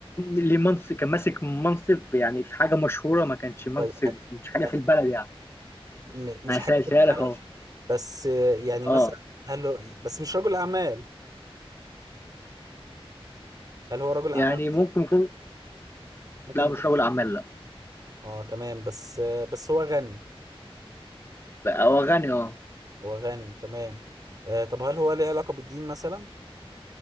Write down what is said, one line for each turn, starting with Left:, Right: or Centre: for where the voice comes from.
Left: ليه منصب كان ماسك منصب يعني في حاجه مشهوره ما كانش منصب
Right: طيب أ-
Left: مش حاجه
Right: أ-
Left: في البلد يعني
Right: م- مش
Left: انا
Right: حاجة
Left: سالتها
Right: في
Left: لك
Right: البلد
Left: اهو
Right: بس يعني
Left: اه
Right: مثلا هل هو بس مش رجل أعمال هل هو رجل أعمال
Left: يعني
Right: مثلا؟
Left: ممكن يكون
Right: ممكن
Left: لا
Right: يكون
Left: مش رجل اعمال لا
Right: اه تمام بس بس هو غني
Left: بقى هو غني اه
Right: هو غني تمام آه طب هل هو ليه علاقة بالدين مثلا؟